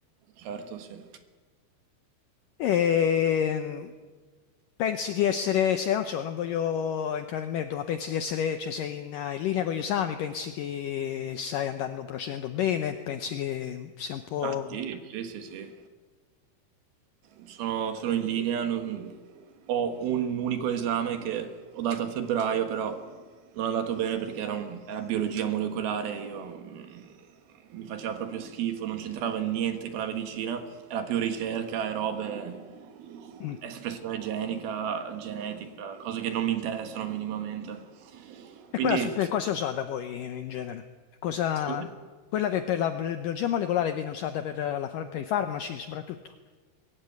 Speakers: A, on the right; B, on the left.
A: Certo, sì.
B: E pensi di essere, se non so, non voglio entrare nel merito, ma pensi di essere, cioè sei in, in linea con gli esami, pensi che stai andando, procedendo bene, pensi che sia un po'...
A: Ah, sì, sì, sì, sì. Sono, sono in linea, non- ho un unico esame che ho dato a febbraio, però non è andato bene perché era, un- era biologia molecolare, io mm, mi faceva proprio schifo, non c'entrava niente con la medicina, era più ricerca e robe,
B: Mm.
A: espressione genica, genetica, cose che non mi interessano minimamente.
B: E
A: Quindi,
B: quella su- Sì. per
A: sì,
B: cosa è usata poi in genere? Cosa...
A: scusa?
B: Quella che per la bi- biologia molecolare viene usata per, la far- per i farmaci soprattutto.